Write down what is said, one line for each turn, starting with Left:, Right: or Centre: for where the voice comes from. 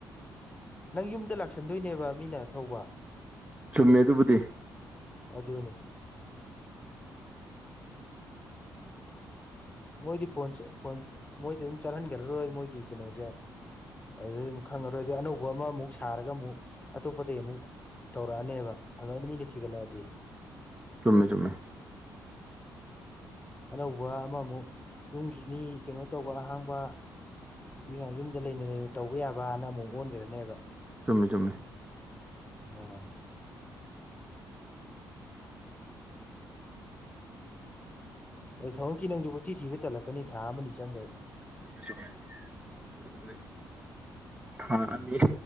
Left: ꯅꯪ ꯌꯨꯝꯗ ꯂꯥꯛꯁꯟꯗꯣꯏꯅꯦꯕ ꯃꯤꯅ ꯊꯧꯕ
Right: ꯆꯨꯝꯃꯦ ꯑꯗꯨꯕꯨꯗꯤ
Left: ꯑ ꯑꯗꯨꯕꯨꯅꯤ ꯃꯣꯏꯗꯤ ꯐꯣꯟ ꯐꯣꯟ ꯃꯣꯏꯗꯤ ꯑꯗꯨꯝ ꯆꯠꯍꯟꯈ꯭ꯔꯔꯣꯏ ꯃꯣꯏꯒꯤ ꯀꯩꯅꯣꯁꯦ ꯑꯗꯨꯩ ꯈꯪꯉꯔꯣꯏ ꯑꯗꯨ ꯑꯅꯧꯕ ꯑꯃꯃꯨꯛ ꯁꯥꯔꯒ ꯑꯃꯨꯛ ꯑꯇꯣꯞꯄꯇꯩ ꯑꯃꯨꯛ ꯇꯧꯔꯛꯑꯅꯦꯕ ꯑꯗꯨꯃꯥꯏꯅ ꯃꯤꯅ ꯊꯤꯒꯠꯂꯛꯑꯗꯤ
Right: ꯆꯨꯝꯃꯦ ꯆꯨꯝꯃꯦ
Left: ꯑꯅꯧꯕ ꯑꯃꯃꯨꯛ ꯌꯨꯝꯒꯤ ꯃꯤ ꯀꯩꯅꯣ ꯇꯧꯕ ꯑꯍꯥꯡꯕ ꯅꯨꯡꯇꯤꯥ ꯌꯨꯝꯗ ꯂꯩꯅ ꯂꯩꯅ ꯇꯧꯕ ꯌꯥꯕꯅ ꯑꯃꯨꯛ ꯑꯣꯟꯈꯔꯅꯦꯕ
Right: ꯆꯨꯝꯃꯦ ꯆꯨꯝꯃꯦ
Left: ꯑꯣ ꯑꯩ ꯊꯝꯃꯛꯈꯤ ꯅꯪꯁꯨꯕꯨꯊꯤ ꯊꯤꯕ ꯇꯠꯂꯛꯀꯅꯤ ꯊꯥ ꯑꯃꯅꯤ ꯆꯪꯈ꯭ꯔꯦ
Right: ꯆꯨꯝꯃꯦ ꯆꯨꯝꯃꯦ ꯑꯗꯨꯗꯤ ꯊꯥ
Left: ꯎꯝ
Right: ꯑꯅꯤ